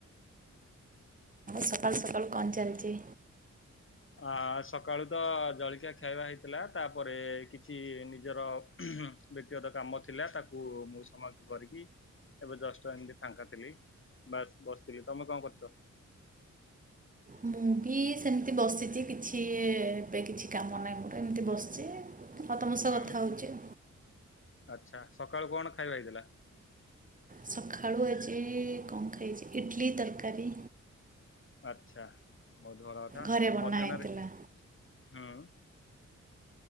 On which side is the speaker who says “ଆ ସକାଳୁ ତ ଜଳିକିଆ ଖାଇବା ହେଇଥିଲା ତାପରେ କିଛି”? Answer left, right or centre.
Left